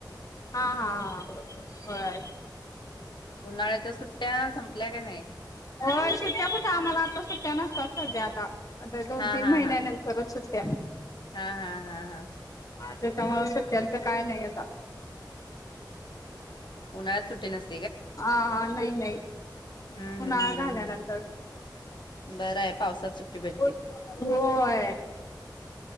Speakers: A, on the left; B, on the left.
A: हा-हा-हा-होय
B: उन्हाळ्याच्या सुट्ट्या सं <unintelligible>
A: होय सुटटया कुठं आम्हाला आता सुट्टया नसतात सध्या आता दोन
B: हा
A: तीन
B: हा
A: महिन्या
B: हा
A: नंतरच सुट्टी त्या
B: हा हा हा हा
A: त्याच्यामुळे सुट्यांच काय नाही आता
B: उन्हाळ्यात सुट्टी नस
A: आ हा नाही नाही.
B: हम्म-हम्म-हम्म-हम्म!
A: उन्हाळा झाल्यानंतर
B: बराय पावसात सुट्टी भेटते
A: होय